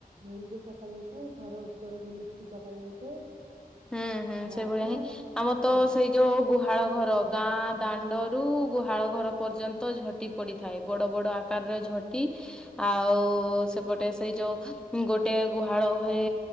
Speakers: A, on the right (about 45°); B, in the centre.
A: ମରିଜ ପକ ଯାଇଥାଏ। ଘର ଉପର ବୋଲି ଚୁ ପକ ଯାଇଥାଏ।
B: ହୁଁ। ହୁଁ ହୁଁ
A: ବାଣ
B: ସେଇଭଳିଆ ହିଁ ଆମର
A: ହଁ
B: ତ ସେଇ ଯୋଉ ଗୁହାଳ ଘର ଗାଁ ଦାଣ୍ଡରୁ ଗୁହାଳ ଘର ପର୍ଯ୍ୟନ୍ତ ଝଟି ପଡିଥାଏ ବଡ ବଡ ଆକାରରେ
A: ହୁଁ
B: ଝଟି
A: ହୁଁ
B: ଆଉ ସେପଟେ ସେଇ ଯୋଉ ଗୋଟେ ଗୁହାଳ ଘରେ